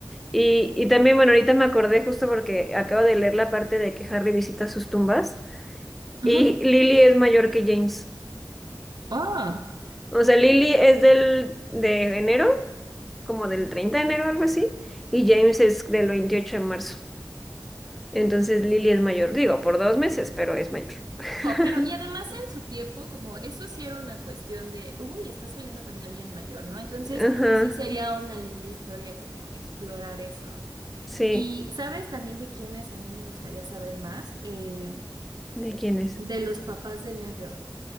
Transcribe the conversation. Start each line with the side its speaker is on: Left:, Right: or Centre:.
Centre: Y, y también, bueno, ahorita me acordé justo porque acabo de leer la parte de que Harry visita sus tumbas y
Right: Ujú.
Centre: Lily es mayor que James.
Right: Oh,
Centre: O sea, Lily es del de enero, como del 30 de enero, algo así, y James es del 28 de marzo. Entonces Lily es mayor, digo, por dos meses, pero es mayor. <laughs>
Right: Oh, pero y además en su tiempo, como eso sí era una cuestión de, uy, está saliendo con alguien mayor, ¿no? Entonces
Centre: Ajá,
Right: creo que sí sería una linda historia como explorar eso.
Centre: sí.
Right: Y sabes también de quiénes a mí me gustaría saber más, Eh,
Centre: ¿De quién es?
Right: de los papás de Neville.